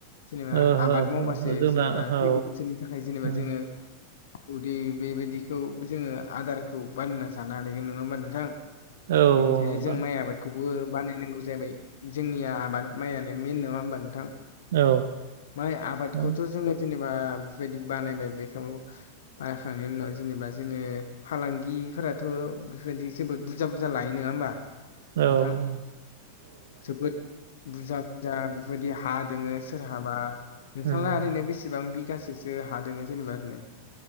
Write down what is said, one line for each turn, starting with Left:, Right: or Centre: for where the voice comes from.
Left: जेनेबा
Right: ओ हो
Left: आबाद मावबासो
Right: हो हो जोंना
Left: जेनेबा
Right: औ
Left: फैगौ बोसोरनि थाखाय जेनेबा
Right: औ
Left: जोंङो जुदि बेबायदिखौ जोंङो आदारखौ बानना जानो हागोन। नंङा होमबा नोंथां?
Right: औ
Left: बेनिखायनो
Right: नोंथां
Left: जों माइ आबाद खौबो बानायनांगौ जाबाय। जोंनिया आबाद मायानो मेन नङा होमबा नोंथां?
Right: औ
Left: माइ आबादखौथ'
Right: औ
Left: जोङो जेनेबा बेफोरबायदि बानायबाय बेखौ माइ हाखांनायनि उनाव जेनेबा जोङो फालांगिफोराथ' बेफोरबायदि जोबोद बुरजा बुरजा लायो। नङा होमबा?
Right: औ
Left: नोंथां
Right: उ
Left: जोबोद बुरजा-बुरजा बेफोरबायदि हा दोङो सोरहाबा नोंथांना
Right: उम
Left: ओरैनो बेसेबां बिगासोसो हा दोङो जेनेबा ओरैनो?